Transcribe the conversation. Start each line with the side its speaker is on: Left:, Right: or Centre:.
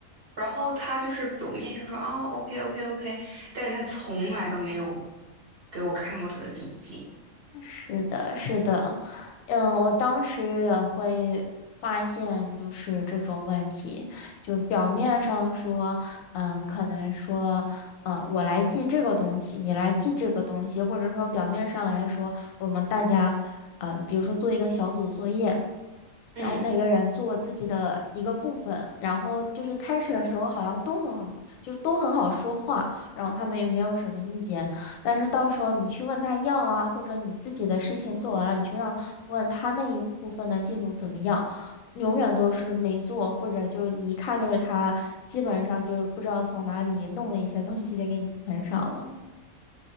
Right: 然后他就是表面上说哦 OK OK OK，但是他从来都没有给我看过他的笔记，
Left: 是的，是的，嗯，我当时也会发现，就是这种问题，就表面上说，嗯，可能说，嗯，我来记这个东西，你来记这个东西，或者说表面上来说，我们大家，呃，比如说做一个小组作业。然后每个人做自己的一个部分，
Right: 嗯。
Left: 然后就是开始的时候好像都很好，就都很好说话，然后他们也没有什么意见。但是到时候你去问他要啊，或者你自己的事情做完了，你去让问他那一部分的进度怎么样，永远都是没做，或者就是你一看就是他基本上就是不知道从哪里弄了一些东西就给你填上了。